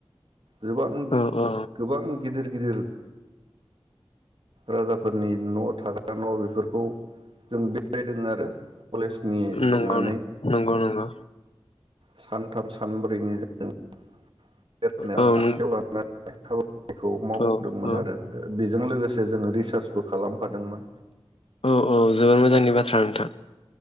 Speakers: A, on the right; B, on the left.
A: गोबां
B: औ औ
A: गोबां गिदिर गिदिर राजाफोरनि न थाग्रा न बेफोर खौ जों बेरायदों आरो। कलेजनि थांनानै
B: नोंगौ नोंगौ नोंगौ।
A: सानथाम सानब्रैनि जादों। बेरायनाया
B: औ नों
A: <unintelligible> <unintelligible> बेखौ मावफुंदोंमोन
B: औ औ
A: आरो बेजों लोगोसे जोङो रिसार्च बो खालामफादोंमोन।
B: औ औ जोबोर मोजांनि बाथ्रा नोंथां।